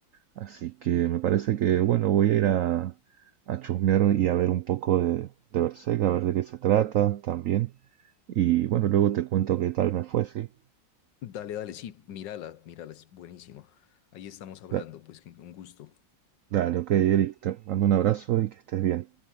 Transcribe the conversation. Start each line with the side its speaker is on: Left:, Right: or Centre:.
Right: Así que me parece que, bueno, voy a ir a, a chusmear y a ver un poco de, de Berserk, a ver de qué se trata también. Y bueno, luego te cuento qué tal me fue, ¿sí?
Left: Dale, dale, sí, mírala, mírala, es buenísima. Ahí estamos hablando,
Right: Da-
Left: pues que un gusto.
Right: dale, ok, Eric, te mando un abrazo y que estés bien.